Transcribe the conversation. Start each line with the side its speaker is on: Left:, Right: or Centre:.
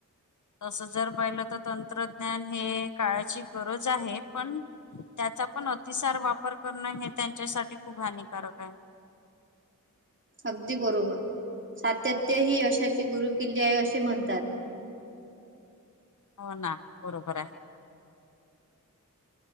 Left: तसं जर पाहिलं तर तंत्रज्ञान हे काळाची गरज आहे पण त्याचा पण अतिसार वापर करणं हे त्यांच्यासाठी खूप हानिकारक आहे.
Right: अगदी बरोबर सातत्य ही यशाची गुरुकिल्ली आहे अशे म्हणतात.
Left: हो ना बरोबर आहे.